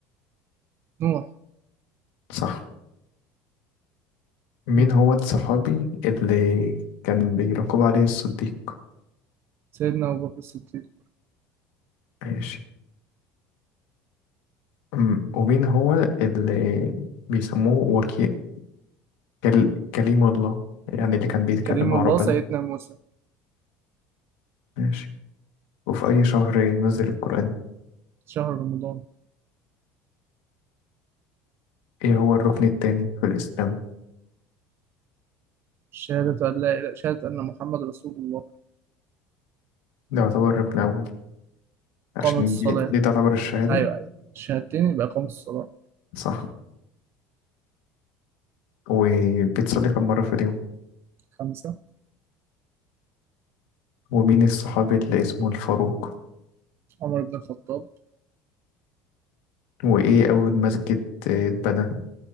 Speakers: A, on the right; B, on the left.
A: نوح
B: صح مين
A: مم.
B: هو الصحابي اللي كان بيراقب عليه الصديق؟
A: سيدنا أبو بكر الصديق
B: ماشي أم، ومين هو اللي بيسموه وكيل كل... كليم الله يعني اللي كان بيتكلم
A: كريم
B: مع
A: الله
B: ربنا
A: سيدنا موسى
B: ماشي وفي أي شهر نزل القرآن؟
A: شهر رمضان
B: ايه هو الركن التاني في الإسلام
A: شهادة أن لا إله شهادة أن محمد رسول الله
B: ده يعتبر ركن أول عشان
A: قامت الصلاة
B: دي, دي تعتبر الشهادة
A: أيوه أيوه الشهادتين يبقى قامت الصلاة
B: صح وبتصلي كم مرة في اليوم
A: خمسة
B: ومين الصحابي اللي اسمه الفاروق
A: عمر بن الخطاب
B: وإيه أول مسجد آه، اتبنى